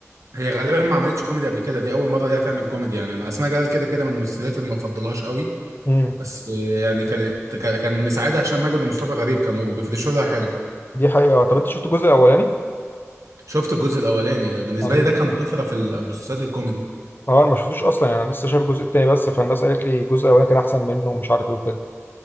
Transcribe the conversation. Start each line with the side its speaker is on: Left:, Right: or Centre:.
Right: هي غالبا ما عملتش كوميدي قبل كده دي اول مره ليها تعمل كوميدي يعني انا اسمها جلال كده كده من المسلسلات اللي ما بفضلهاش قوي
Left: امم
Right: بس آه، يعني كانت كان كان مساعدها هشام ماجد ومصطفى غريب كانوا بيفرشوا لها حلو
Left: دي حقيقه طب انت شفت الجزء الاولاني
Right: شفت الجزء الاولاني بالنسبه
Left: انا
Right: لي ده كان طفره في المسلسلات الكوميدي
Left: اه انا ما شفتوش اصلا يعني انا لسه شايف الجزء التاني بس فالناس قالت لي الجزء الاولاني كان احسن منه ومش عارف ايه وكده